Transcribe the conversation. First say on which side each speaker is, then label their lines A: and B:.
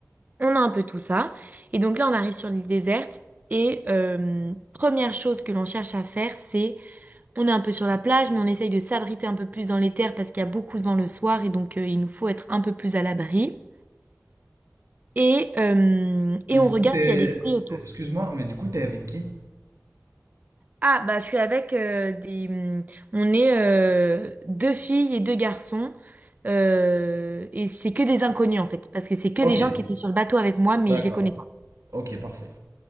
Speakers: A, on the right; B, on the right.
A: on a un peu tout ça. Et donc là, on arrive sur l'île déserte et euh, première chose que l'on cherche à faire, c'est on est un peu sur la plage, mais on essaye de s'abriter un peu plus dans les terres parce qu'il y a beaucoup de vent le soir et donc euh, il nous faut être un peu plus à l'abri. Et, euh, et
B: Et du
A: on
B: coup,
A: regarde
B: t'es...
A: s'il y a des fruits autour.
B: Excuse-moi, mais du coup, t'es avec qui?
A: Ah, bah je suis avec euh, des... hum, On est euh, deux filles et deux garçons. euh, et c'est que des inconnus en fait, parce que c'est que
B: Ok,
A: des gens qui étaient sur le bateau avec moi, mais
B: d'accord.
A: je les connais pas.
B: Ok, parfait.